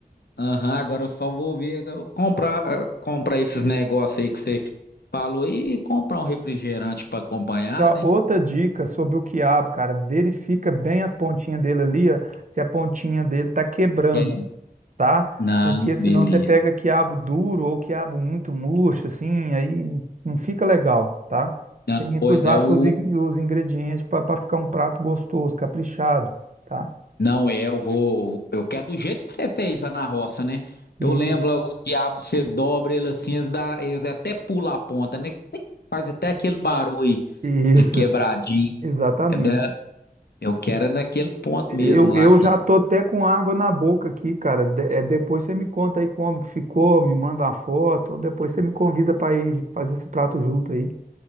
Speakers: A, on the left (about 85°); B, on the right (about 55°).
A: aham, agora eu só vou ver, eu comprar, ah, comprar esses negócios aí que você falou e comprar um refrigerante para acompanhar,
B: E, ó,
A: né?
B: outra dica sobre o quiabo, cara, verifica bem as pontinhas dele ali, ó, se a pontinha dele tá quebrando,
A: É,
B: tá?
A: não,
B: Porque
A: beleza.
B: senão você pega quiabo duro ou quiabo muito murcho, assim, aí não fica legal, tá?
A: Não,
B: Tenha
A: pois
B: cuidado
A: é, o,
B: com os, in- os ingredientes para ficar um prato gostoso, caprichado, tá?
A: não é, eu vou, eu quero do jeito que você fez lá na roça, né?
B: Isso,
A: Eu lembro lá, o quiabo, você dobra ele assim, eles, dá, eles até pulam a ponta, né? Faz até aquele barulho
B: isso,
A: de quebradinho.
B: <laughs> exatamente.
A: É da, eu quero é daquele ponto
B: Eu,
A: mesmo lá.
B: eu já tô até com água na boca aqui, cara. De- é, depois você me conta aí como que ficou, me manda uma foto, ou depois você me convida para ir fazer esse prato junto aí.